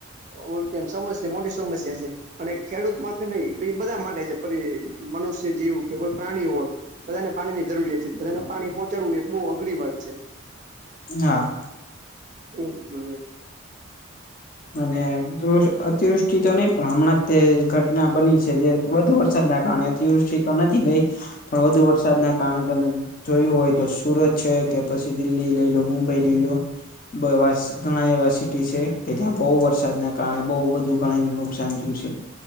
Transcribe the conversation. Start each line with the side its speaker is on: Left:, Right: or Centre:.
Right: ઓ કેમ સમસ્યા મોટી સમસ્યા છે. અને ખેડૂત માટે નહી તો એ બધા માટે છે પછી મનુષ્ય જીવ કે કોઈ પ્રાણી હોય. બધાને પાણી ની જરૂરિયાત છે બધાને પાણી પહોંચાડવું એ બહુ અઘરી વાત છે.
Left: હા.
Right: એ રીત <unintelligible>
Left: અને અતિવૃષ્ટિ તો નહી પણ હમણાં તે ઘટના બની છે જે વધુ વરસાદના કારણે અતિવૃષ્ટિ તો નથી ભાઈ પણ વધુ વરસાદના કારણે તમે જોયું હોય તો. સુરત છે કે પછી દિલ્હી લઈ લો મુંબઈ લઈ લો બવા ઘણા એવા સિટી છે. કે ત્યાં બહુ વરસાદના કારણે બહુ બધુ ગણીને નુકસાન થયું છે.